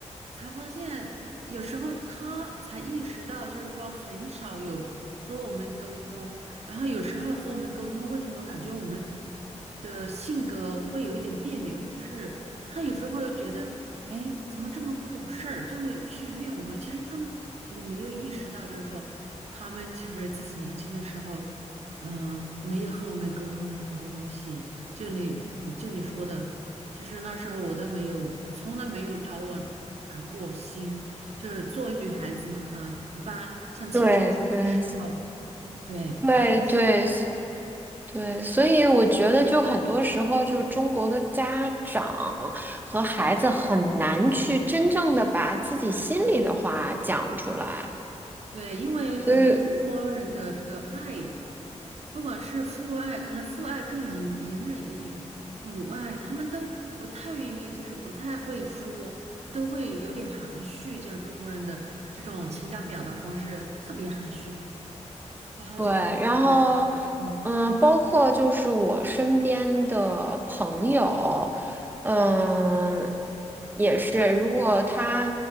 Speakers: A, on the right (about 60°); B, on the right (about 15°).
A: 才发现，有时候他才意识到，就是说很少有和我们沟通，然后有时候和我们沟通，为什么感觉我们的性格会有一点别扭？就是他有时候会觉得，哎，怎么这么不懂事儿，就会去怨我们。其实他们也没有意识到，就是说他们其实自己年轻的时候。嗯、呃没有和我们沟通很多东西，就你就你说的，其实那时候我都没有，从来没有找我谈过心。就是作为女孩子嘛，哈，一般像青春期的时候，
B: 对对
A: 对，
B: 对对
A: 叛逆期，
B: 对，所以我觉得就很多时候，就中国的家长和孩子很难去真正的把自己心里的话讲出来。
A: 对，因为我们中国人的这个爱，
B: 所以。
A: 不管是父爱，可能父爱更隐隐忍一点，母爱他们都不太愿意，就是不太会说，都会有点含蓄，就是中国人的这种情感表达方式特别含蓄，然后就导致。
B: 对，然后，
A: 嗯。
B: 嗯，包括就是我身边的朋友，嗯，也是，如果他，